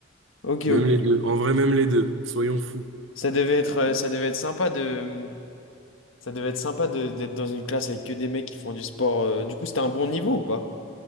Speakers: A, on the left (about 80°); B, on the right (about 70°).
A: ok,
B: Même
A: ok.
B: les deux. En vrai, même les deux. Soyons fous.
A: Ça devait être, euh, ça devait être sympa de, ça devait être sympa de- d'être dans une classe avec que des mecs qui font du sport. euh. Du coup, c'était un bon niveau ou pas?